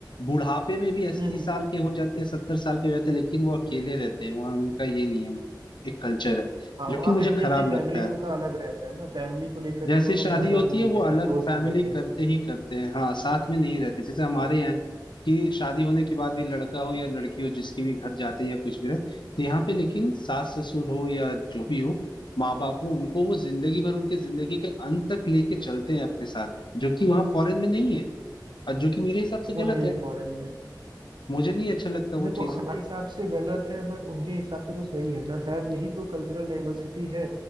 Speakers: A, on the left; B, on the right.
A: बुढ़ापे में भी अस्सी
B: हम्म
A: साल के हो जाते हैं सत्तर साल के हो जाते हैं लेकिन वो अकेले रहते हैं वहां उनका ये नियम है एक कल्चर है
B: हाँ
A: जो
B: वहाँ
A: कि मुझे
B: पे ये
A: खराब
B: है कि फैमिली
A: लगता
B: उनका
A: है
B: अलग रहता है ना फैमिली को लेकर
A: जैसे
B: के वो लोग
A: शादी
B: ज्यादा
A: होती
B: वो
A: है
B: नहीं
A: वो
B: रहते
A: अलग
B: क्लोज
A: फैमिली
B: नहीं रहते
A: करते ही करते हैं हाँ साथ में नहीं रहते जैसे हमारे यहाँ है कि शादी होने के बाद भी लड़का हो या लड़की हो जिसके भी घर जाते हैं या कुछ भी रहे तो यहाँ पे लेकिन सास ससुर
B: हम्म।
A: हो या जो भी हो माँ बाप हो उनको वो जिंदगी भर उनके जिंदगी के अंत तक लेके चलते हैं अपने साथ जो कि वहाँ फॉरेन में नहीं है और जो कि मेरे हिसाब से गलत
B: वो नहीं
A: है
B: है फॉरेन में
A: मुझे नहीं अच्छा लगता
B: अब देखो
A: वो चीज
B: हमारे हिसाब से गलत है बट उनके हिसाब से तो सही है ना शायद यही तो कल्चरल डाइवर्सिटी है